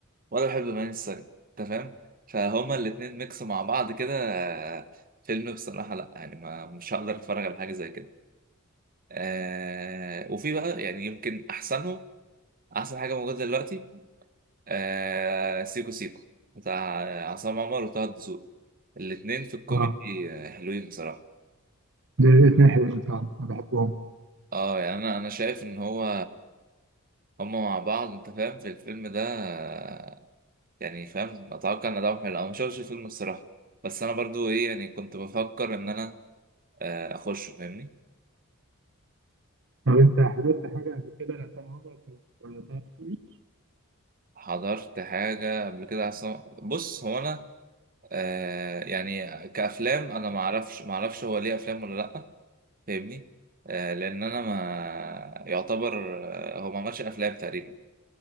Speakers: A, on the right; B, on the right.
A: ولا بحب ماين السيد أنت فاهم فهما الاتنين ميكس مع بعض كده آه، فيلم بصراحة لأ يعني ما مش هقدر أتفرج على حاجة زي كده أه وفي بقى يعني يمكن أحسنهم أحسن حاجة موجودة دلوقتي آه سيكو سيكو بتاع عصام عمر وطه الدسوقي الاتنين في الكوميدي
B: اه
A: آه، حلوين بصراحة
B: دول الاثنين حلوين فعلا انا بحبهم
A: اه يعني انا انا شايف ان هو هما مع بعض انت فاهم في الفيلم ده آه، يعني فاهم اتوقع ان ده حلو انا ما شفتش الفيلم الصراحة بس انا برضو ايه يعني كنت بفكر ان انا آه، اخش فاهمني
B: طب انت حضرت حاجه قبل كده لعصام عمر ولا طه دسوقي؟
A: حضرت حاجة قبل كده عصام بص هو انا آه يعني كأفلام انا ما اعرفش ما اعرفش هو ليه افلام ولا لا فاهمني آه لان انا ما يعتبر آه، هو ما عملش افلام تقريبا